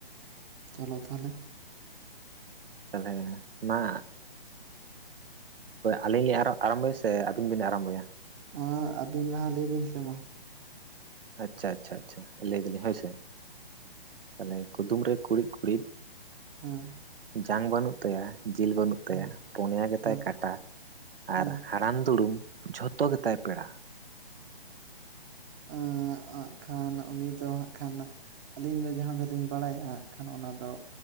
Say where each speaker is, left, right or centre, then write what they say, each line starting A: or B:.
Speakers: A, on the right; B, on the right.
A: ᱪᱚᱞᱚ ᱛᱟᱦᱚᱞᱮ᱾
B: ᱛᱟᱦᱚᱞᱮ ᱢᱟ ᱟᱹᱞᱤᱧ ᱞᱤᱧ ᱟᱨ ᱟᱨᱚ ᱟᱨᱟᱢᱵᱚᱭᱟ ᱥᱮ ᱟᱹᱵᱤᱱ ᱵᱤᱱ ᱟᱨᱟᱢᱵᱚᱭᱟ
A: ᱢᱟ ᱟᱹᱵᱤᱱ ᱞᱟᱦᱟ ᱞᱟᱹᱭ ᱵᱤᱱ ᱥᱮ ᱢᱟ
B: ᱟᱪᱪᱷᱟ ᱪᱷᱟ ᱪᱷᱟ ᱞᱟᱹᱭ ᱫᱟᱞᱤᱧ ᱦᱳᱭᱥᱮ ᱛᱟᱦᱚᱞᱮ ᱠᱩᱫᱩᱢ ᱨᱮ ᱠᱩᱲᱤᱫ ᱠᱩᱲᱤᱫ
A: ᱦᱩᱸ
B: ᱡᱟᱝ ᱵᱟᱹᱱᱩᱜ ᱛᱟᱭᱟ ᱡᱤᱞ ᱵᱟᱹᱱᱩᱜ ᱛᱟᱭᱟ
A: ᱦᱮᱸ
B: ᱯᱳᱱᱭᱟ ᱜᱮᱛᱟᱭ
A: ᱦᱮᱸ
B: ᱠᱟᱴᱟ
A: ᱦᱮᱸ
B: ᱟᱨ ᱦᱟᱲᱟᱢ ᱫᱩᱲᱩᱢ ᱡᱷᱚᱛᱚ ᱜᱮᱛᱟᱭ ᱯᱮᱲᱟ
A: ᱦᱩᱸ ᱠᱷᱟᱱ <inaudible> ᱩᱱᱤ ᱫᱚ ᱦᱟᱸᱜ ᱠᱷᱟᱱ ᱟᱹᱞᱤᱧ ᱫᱚ ᱡᱟᱦᱟᱸ ᱫᱚᱞᱤᱧ ᱵᱟᱲᱟᱭᱟᱜ ᱠᱷᱟᱱ ᱚᱱᱟ ᱫᱚ